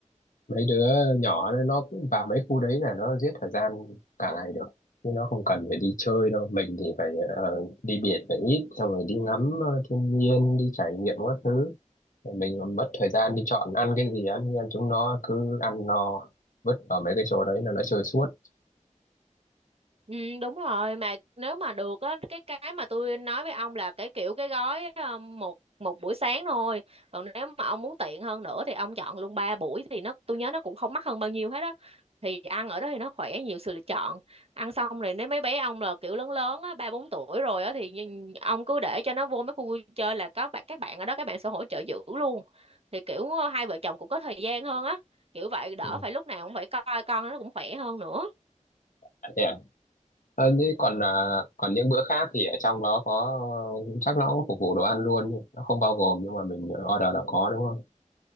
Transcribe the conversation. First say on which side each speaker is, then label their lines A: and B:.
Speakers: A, on the left; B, on the right.
A: mấy đứa nhỏ nó nó cũng vào mấy khu đấy là nó giết thời gian cả ngày được chứ nó không cần phải đi chơi đâu mình thì phải ờ, đi biển phải ít xong rồi đi ngắm ờ, thiên nhiên đi trải nghiệm các thứ Rồi mình còn mất thời gian đi chọn ăn cái gì ăn nhưng chúng nó cứ ăn no vứt vào mấy cái chỗ đấy là nó chơi suốt
B: Ừ, đúng rồi mà nếu mà được á cái cái mà tôi nói với ông là cái kiểu cái gói ờ, một một buổi sáng thôi còn nếu mà ông muốn tiện hơn nữa thì ông chọn luôn ba buổi thì nó tôi nhớ nó cũng không mắc hơn bao nhiêu hết á thì ăn ở đó thì nó khỏe nhiều sự lựa chọn ăn xong rồi nếu mấy bé ông là kiểu lớn lớn á ba bốn tuổi rồi á thì nhìn- ông cứ để cho nó vô mấy khu vui chơi là có bạn các bạn ở đó các bạn sẽ hỗ trợ giữ luôn thì kiểu ờ, hai vợ chồng cũng có thời gian hơn á kiểu vậy đỡ
A: ừ.
B: phải lúc nào cũng phải coi con nó cũng khỏe hơn nữa
A: thế à? Ờ, như còn à, còn những bữa khác thì ở trong đó có chắc nó cũng phục vụ đồ ăn luôn nhỉ? nó không bao gồm nhưng mà mình order là có đúng không